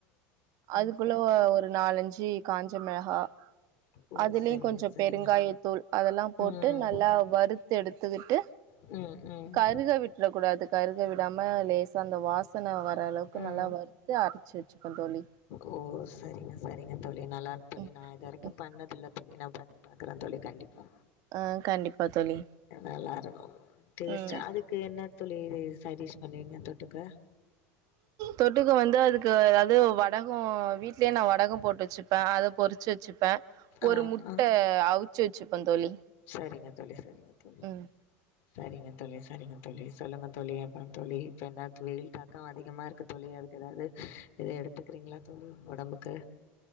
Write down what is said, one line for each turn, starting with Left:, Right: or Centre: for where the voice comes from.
Right: அதுக்குள்ள ஒரு நாலஞ்சு காஞ்ச மிளகா
Left: ஓ
Right: அதுலயு
Left: சரிங்க
Right: கொஞ்சோ
Left: சரிங்க
Right: பெருங்காயத்தூள் அதெல்லா போட்டு
Left: ம்
Right: நல்லா வறுத்து எடுத்துக்கிட்டு
Left: ம் ம்
Right: கருக விட்றக்கூடாது கருக விடாம லேசாக அந்த வாசன வர அளவுக்கு
Left: ம்
Right: நல்லா வறுத்து அரைச்சு வச்சுக்கணனு தோழி
Left: ஓ சரிங்க சரிங்க தோழி நல்லயிருக்கு தோழி
Right: ம்
Left: நா இது வரைக்கு
Right: ம்
Left: பண்ணதில்ல தோழி நா பண்ணி பாக்குற தோழி கண்டிப்பா
Right: ஆ கண்டிப்பா தோழி
Left: நல்லா இருக்கு டேஷ்டா
Right: ம்
Left: அது க்கு என்ன தோழி சைடிஷ் பண்ணுவீங்க தொட்டுக்க
Right: தொட்டுக்கு வந்து அதுக்கு அது வடகம் வீட்லயே நா வடகம் போட்டு வச்சுப்பே அத போறிசி வெச்சுப்ப ஒரு
Left: ஆ
Right: முட்ட
Left: ஆ
Right: அவிச்சு வச்சுப்ப தோழி
Left: சரிங்க தோழி சரிங்க தோழி
Right: ம்
Left: சரிங்க தோழி சரிங்க தோழி சொல்லுங்க தோழி அப்புற தோழி என்ன தோழி இப்ப என்ன வெயில் தாக்க அதி கமா இருக்கு தோழி அதுக்கு ஏதாவது எத எடுத்துக்கிறீங்களா தோழி உடம்புக்கு